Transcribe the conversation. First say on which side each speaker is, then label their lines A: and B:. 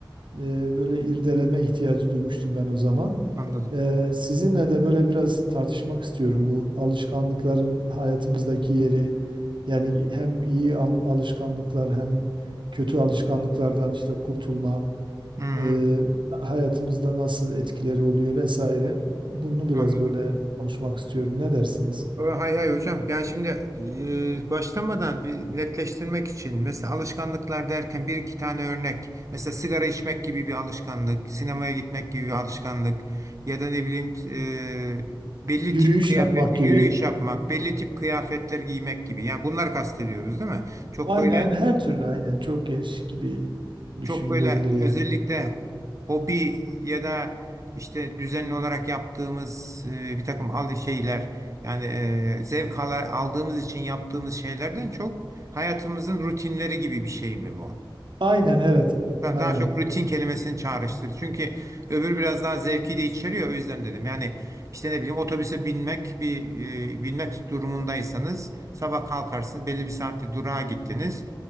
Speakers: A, on the right; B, on the right.
A: e, böyle irdeleme ihtiyacı duymuştum ben o zaman.
B: Anladım.
A: Ee, sizinle de böyle biraz tartışmak istiyorum bu alışkanlıkların hayatımızdaki yeri. Yani hem iyi al- alışkanlıklar hem kötü alışkanlıklardan işte kurtulma,
B: Hı, hı.
A: e, hayatımızda nasıl etkileri oluyor vesaire. Bunu biraz
B: Anladım.
A: böyle konuşmak istiyorum. Ne dersiniz?
B: Ee, Hay hay hocam. Yani şimdi e, başlamadan bir netleştirmek için mesela alışkanlıklar derken bir iki tane örnek. Mesela sigara içmek gibi bir alışkanlık, sinemaya gitmek gibi bir alışkanlık ya da ne bileyim e, belli
A: Yürüyüş
B: tip kıyafet,
A: yapmak
B: yürüyüş
A: gibi.
B: yapmak, belli tip kıyafetler giymek gibi. Yani bunlar kastediyoruz değil mi? Çok
A: Aynen
B: böyle
A: her türlü aynen çok geniş gibi düşünülebilir
B: Çok böyle
A: yani.
B: özellikle hobi ya da işte düzenli olarak yaptığımız e, bir takım al şeyler yani e, zevk ala- aldığımız için yaptığımız şeylerden çok hayatımızın rutinleri gibi bir şey mi bu?
A: Aynen evet evet
B: Ha,
A: aynen.
B: Daha çok rutin kelimesini çağrıştır. Çünkü öbür biraz daha zevki de içeriyor. O yüzden dedim. Yani işte ne bileyim otobüse binmek bir e, binmek durumundaysanız sabah kalkarsınız belli bir saatte durağa gittiniz.